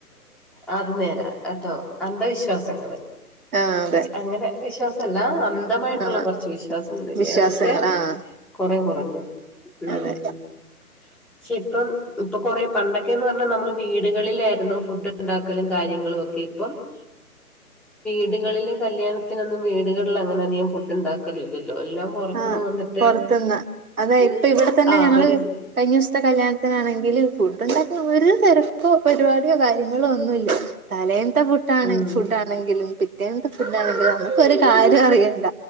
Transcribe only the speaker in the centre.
അത് നേരാ ട്ടോ അന്ധവിശ്വാസങ്ങള്
വിശ് അങ്ങനെ വിശ്വാസല്ല അന്തമായിട്ടുള്ള
കൊറച്ച് വിശ്വാസങ്ങൾ ഇല്ലേ
അതൊക്കെ
- കൊറെ കൊറഞ്ഞു ഉം
പക്ഷെ ഇപ്പം ഇപ്പൊ കൊറ പണ്ടൊക്കെന്ന് പറഞ്ഞാൽ നമ്മള് - വീടുകളിലായിരുന്നു ഫുഡ് ഉണ്ടാക്കലും കാര്യങ്ങളും ഒക്കെ ഇപ്പം - വീടുകളിലില് കല്യാണത്തിനൊന്നും വീടുകളിൽ അങ്ങനെ അധികം ഫുഡ് ഉണ്ടാ- ആക്കലില്ലല്ലോ എല്ലാം പൊറത്തിന്ന്
വന്നിട്ട്
ആഹ്
അവര് -
ഉം